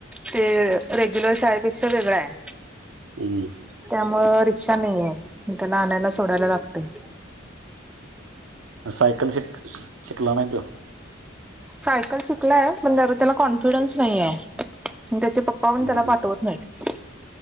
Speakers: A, in the centre; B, on the right (about 80°).
A: ते, रेग्युलर शाळेपेक्षा वेगळां आहे.
B: हम्.
A: त्यामुळ रिक्षा नाही आहे त्या आणयला सोडायला लागतेय.
B: मग सायकल स शिकला नाही तोय.
A: सायकल शिकलाय जरा पण त्या त्याला कॉन्फिडन्स नाहीे ओ एम त्याचे प पाहून
B: हम्म.
A: त्याला पाठवत नाही.